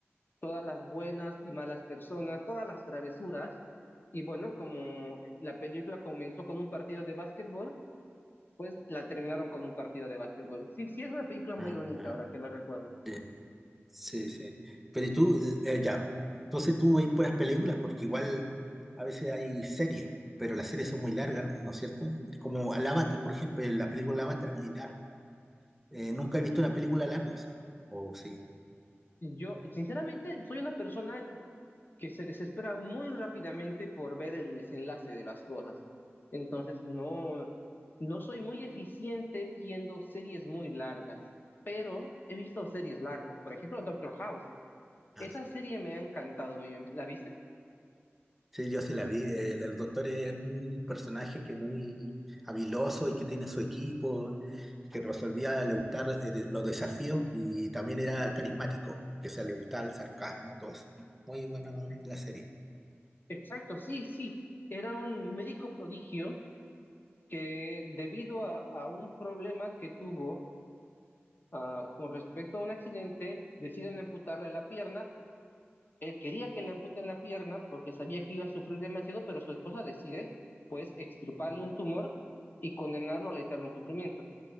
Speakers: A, on the left (about 45°); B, in the centre.
A: todas las buenas y malas personas, todas las travesuras. Y bueno, como la película comenzó con un partido de básquetbol, pues la terminaron con un partido de básquetbol. Sí, sí, es una película muy
B: Ah,
A: bonita,
B: ah,
A: ahora que la recuerdo.
B: sí, sí, sí. Pero y tú, eh, eh, ya, entonces tú veis puras películas, porque igual a veces hay series, pero las series son muy largas, ¿no, ¿No es cierto? Como al Avatar, por ejemplo, la película Avatar es muy larga. Eh, nunca he visto una película larga, sí. O sí.
A: Yo, sinceramente, soy una persona que se desespera muy rápidamente por ver el desenlace de las cosas. Entonces, no, no soy muy eficiente viendo series muy largas, pero he visto series largas. Por ejemplo, Doctor House.
B: Ah,
A: Esa serie me ha encantado muy bien. ¿La viste?
B: Sí, yo sí la vi. eh, El, el doctor es un personaje que muy habiloso y que tiene su equipo, que resolvía le gustar eh, de- los desafíos y también era carismático, que se le gustaba el sarcasmo, todo eso. Muy buena
A: Sí.
B: la serie.
A: Exacto, sí, sí. Era un médico prodigio que debido a, a un problema que tuvo ah, con respecto a un accidente, deciden amputarle la pierna Él quería que le amputen la pierna porque sabía que iba a sufrir demasiado, pero su esposa decide, pues, extirparle un tumor y condenarlo al eterno sufrimiento.